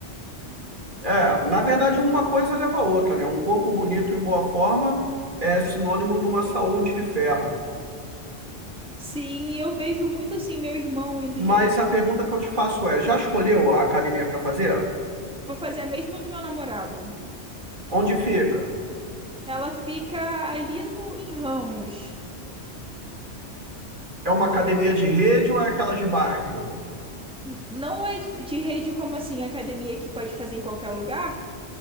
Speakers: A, on the right; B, in the centre.
A: É, na verdade, uma coisa leva a outra, né? Um corpo bonito em boa forma é sinônimo de uma saúde de ferro.
B: Sim, e eu vejo muito assim meu irmão indo
A: Mas
B: direto.
A: a pergunta que eu te faço é: já escolheu a academia para fazer?
B: Vou fazer a mesma do meu namorado.
A: Onde fica?
B: Ela fica ali no, em Ramos.
A: É uma academia de rede ou é aquela de bairro?
B: N- Não é de de rede como assim, academia que pode fazer em qualquer lugar?